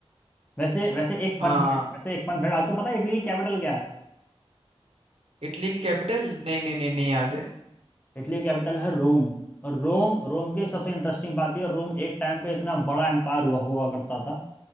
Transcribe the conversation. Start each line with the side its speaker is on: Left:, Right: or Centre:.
Left: वैसे वैसे एक फन
Right: हाँ
Left: फैक्ट वैसे एक फन फैक्ट आपको पता है इटली की कैपिटल क्या है
Right: इटली की कैपिटल नहीं नहीं नहीं नहीं याद है
Left: इटली कैपिटल है रोम और रोम रोम की एक सबसे इंटरेस्टिंग बात यह रोम एक टाइम पे इतना बड़ा एम्पायर हुआ हुआ करता था